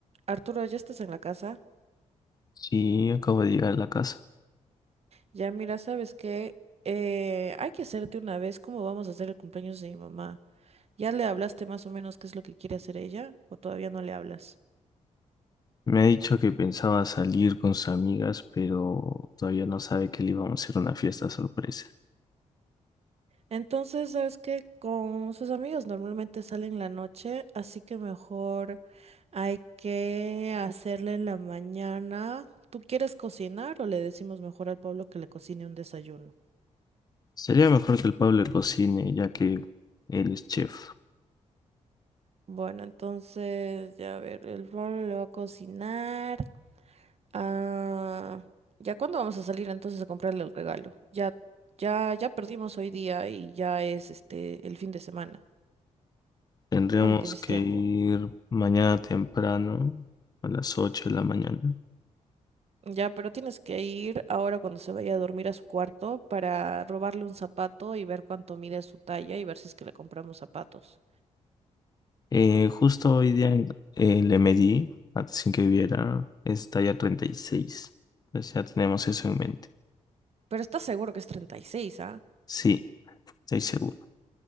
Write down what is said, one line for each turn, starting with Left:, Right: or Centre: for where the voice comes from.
Right: Arturo, ya estás en la casa.
Left: Sí, acabo de llegar a la casa.
Right: Ya, mira, ¿sabes qué? Eh, hay que hacerte una vez cómo vamos a hacer el cumpleaños de mi mamá. ¿Ya le hablaste más o menos qué es lo que quiere hacer ella? ¿O todavía no le hablas?
Left: Me ha dicho que pensaba salir con sus amigas, pero todavía no sabe que le íbamos a hacer una fiesta sorpresa.
Right: Entonces, ¿sabes qué? Con sus amigos normalmente salen la noche, así que mejor hay que hacerle en la mañana. ¿Tú quieres cocinar o le decimos mejor al pueblo que le cocine un desayuno?
Left: Sería mejor que el Pablo cocine, ya que él es chef.
Right: Bueno, entonces, ya a ver, el pueblo le va a cocinar. Ah, ¿ya cuándo vamos a salir entonces a comprarle el regalo? Ya, ya, ya perdimos hoy día y ya es este el fin de semana.
Left: Tendríamos
Right: ¿Cuándo tienes
Left: que
Right: tiempo?
Left: ir mañana temprano, a las 8 de la mañana.
Right: Ya, pero tienes que ir ahora cuando se vaya a dormir a su cuarto para robarle un zapato y ver cuánto mide su talla y ver si es que le compramos zapatos.
Left: Eh, justo hoy día eh, le medí, antes sin que viera, es talla 36. Entonces ya tenemos eso en mente.
Right: Pero estás seguro que es treinta y seis, ¿ah?
Left: Sí, estoy seguro.